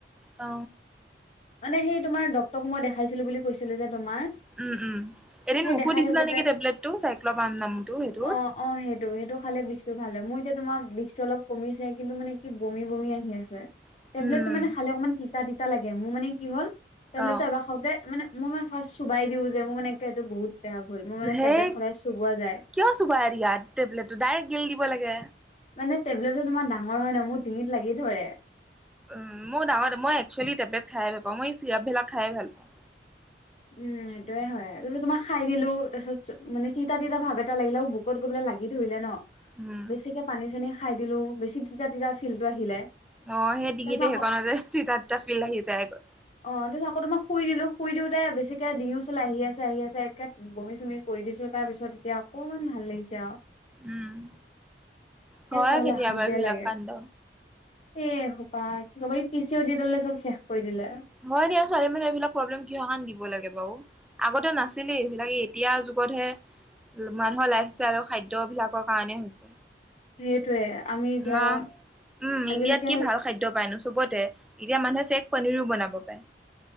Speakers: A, in the centre; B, on the left.
A: অ
B: মানে সেই তোমাৰ ডটক মই দেখাইছিলো বুলি কৈছিলো যে তোমাৰ
A: উম উম এদিন
B: সেই
A: মোকো
B: দেখাই
A: দিছিলা
B: থাকোতে
A: নেকি টেবলেটটো চাই্ নামুটো সেইটোৰ
B: অ অ সেইটো সেইটো খালে বিজটো ভাল হয় মোৰ এতিয়া তোমাৰ বিজটো অলপ কমিছোই কিন্তু মানে কি বমি বমি আহি আছে
A: উম
B: টেবলেট মানে খালে অকমান ঠিক তিা দিতা লাগে মোৰ মানে কি হল তেওঁলো
A: অ
B: এবাৰ সদায় মানে মই মানে ফাৰ্ষ্ট চুবাই দিওঁ যে মোৰ মানে কিে এইটো বহুত বেয়া ভুল মোৰ মানে
A: সেই
B: টেবলেট সদাই চুবোৱা যায়।
A: কিয় চোবাই দিয়া টেবলেটটো? ডাইৰেক্ট গিলি দিব লাগে।
B: মানে টেবলেটো তোমাৰ ডাঙৰ হয় ন' মোৰ ডিঙিত লাগি ধৰে।
A: উম, মোৰ ডাঙৰ মই এক্সুৱেলি টেবলেট খাই ভাল নাপাওঁ। মই চিৰাপবিলাক খাই ভাল পাওঁ।
B: উম, সেইটোৱে হয়। তাৰপিছত তোমাৰ খাই দিলো তাৰপিছত মানে তিতা তিতা ভাৱ এটা লাগিলে মোৰ বুক্ বুকুত গৈ পেলাই লাগি ধৰিলে ন'।
A: উম
B: বেছিকে পানী-চানী খাই দিলো, বেছি তিতা তিতা ফীলটো আহিলে।
A: অঁ, সেই ডিঙিতে
B: তাৰপিছত আকৌ
A: সেইকণতে হেঁহ্ তিতা তিতা ফীল আহি যায় আক '।
B: অঁ, তাৰপিছত আকৌ তোমাৰ শুই দিলো, শুই দিওঁতে বেছ বেছিকে ডিঙি ওচলে আহি আছে, আহি আছে একে বমি-চমি কৰি দিছো তাৰপিছত এতিয়া অকমান ভাল লাগিছে আৰু।
A: উম
B: কে
A: হয়
B: চোৱা হ'লে
A: কেতিয়াবা
B: অশান্তিয়ে
A: এইবিলাক
B: লাগে।
A: কাণ্ড
B: এ সোপা কি ক'ব, এই পি চি অ' দি ডালে চব শেষ কৰি দিলে।
A: হয় দিয়া। ছোৱালী মানে এইবিলাক প্ৰব্লেম কিহৰ কাৰণে দিব লাগে বাৰু? আগতেও নাছিলেই এইবিলাকে এই এতিয়া যুগতহে মানুহৰ লাইফ ষ্টাইল আৰু খাদ্য অভ্যাসৰ কাৰণে হৈছে।
B: সেইটোয়ে আমি এতিয়া
A: অঁ, উম
B: আজিলৈকে
A: ইণ্ডিয়াত কি ভাল খাদ্ খাদ্য পাইনো চবতে এতিয়া মানুহে ফেক পনীৰো বনাব পাৰে।